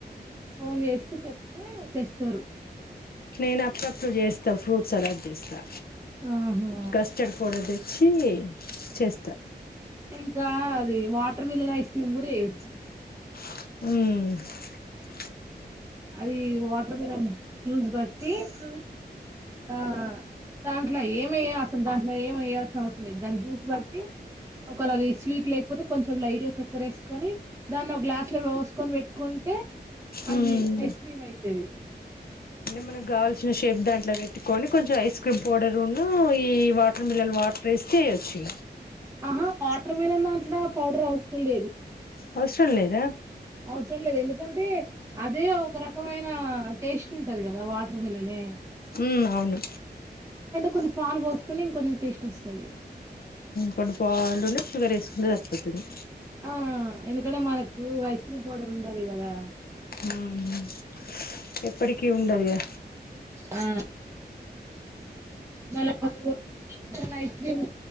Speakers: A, on the right; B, on the left.
A: ఫోన్ చేస్తే చెప్తే తెస్తారు
B: నేను అప్పుడప్పుడు చేస్తా ఫ్రూట్స్ సలాడ్ చేస్తా
A: ఆహా
B: కస్టర్డ్ పౌడర్ దే తేచ్చి చేస్తా
A: ఇంకా అది వాటర్ మిలన్ ఐస్ క్రీమ్ కూడా చెయ్యొచ్చు
B: ఊహు
A: అది వాటర్ మిలన్ జ్యూస్ బట్టి జి ఆ దాంట్లో ఎయే ఏమయ్య అసలు దాంట్లో ఏమి వెయ్యాల్సిన అవసరం లేదు దాన్ని జ్యూస్ బట్టి ఒకల అది స్వీట్ లేకపోతే కొంచెం లైట్ గా గ చేక్కర వేసుకొని దాన్ని ఒక గ్లాస్ లో పోసుకొని పెట్టుకుంటే అది
B: ఉమ్
A: ఐస్ క్రీమ్ అయితది
B: మనకి కావల్సిన షేప్ దాంట్లో పెట్టుకొని కొంచెం ఐస్ క్రీమ్ పౌడర్ వును ఈ వాటర్ మిల్న్ వాటర్ వేస్తే చేయొచ్చు
A: ఆహా వాటర్ వాటర్ మిలన్ దాంట్లో పౌడర్ అవసరం లేదు
B: అవసరం లేదా
A: అవసరం లేదు ఎందుకంటే అదే ఒక రకమైన టేస్ట్ ఉంటది కదా వాటర్ మిల్ నే
B: ఊ అవును
A: కొన్ని పాలు పోసుకుకొని ఇంకా కొంచెం టేస్ట్ వస్తది
B: కొన్ని పాలను షుగర్ వేసుకుంటే సరిపోతాది
A: ఆ ఎందుకంటే మనకు ఐస్ క్రీమ్ పౌడర్ ఉంటాది కదా
B: ఊహు ఎప్పటికి ఉండదు గా
A: ఆ మ పసుపు ఐస్ క్రీమ్